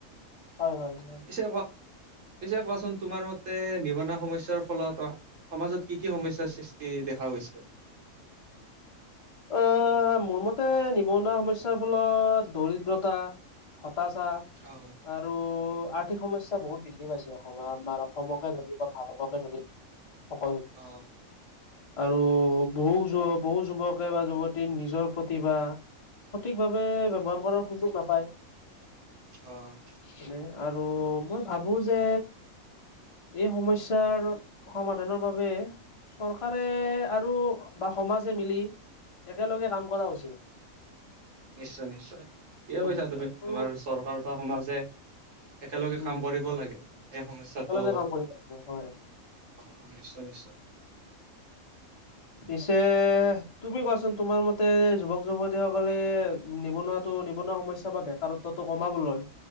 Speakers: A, on the left; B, on the right.
A: হয়, হয়, হয়।
B: পিছে কোৱা, পিছে কোৱাচোন তোমাৰ মতে নিবনুৱা সমস্যাৰ ফলত অ সমাজত কি কি সমস্যাৰ সৃষ্টি দেখা গৈ হৈছে?
A: অহ, মোৰ মতে নিবনুৱা সমস্যাৰ ফলত দৰিদ্ৰতা হতাচাৰ।
B: অ,
A: আৰু আৰ্থিক সমস্যা বহুত বৃদ্ধি পাইছে, অসমত আমাৰ অসমকে ধৰি বা ভাৰতকে ধৰি। অকল।
B: অ,
A: আৰু বহু যুৱ, বহু যুৱকে বা যুৱতী নিজৰ প্ৰতিভা সঠিকভাৱে ব্যৱহাৰ কৰাৰ সুযোগ নাপায়।
B: অ,
A: মানে আৰু মই ভাবো যে। এই সমস্যাৰ, সমাধানৰ বাবে চৰকাৰে আৰু বা সমাজে মিলি একেলগে কাম কৰা হৈছে।
B: নিশ্চয় নিশ্চয়, কিয়
A: উম
B: কৈছা তুমি
A: আৰু
B: আমাৰ চৰকাৰ বা সমাজে একেলগে
A: উম
B: কাম কৰিব লাগে এই সমস্যাটো
A: একেলগে কাম কৰিব লাগিব হয়
B: অ, অ, নিশ্চয় নিশ্চয়। <unintelligible>
A: পিছে তুমি কোৱাচোন, তোমাৰ মতে যুৱক যুৱতী সকলে। নিবনুৱাটো, নিবনুৱা সমস্যা বা বেকাৰত্বটো কমাবলৈ,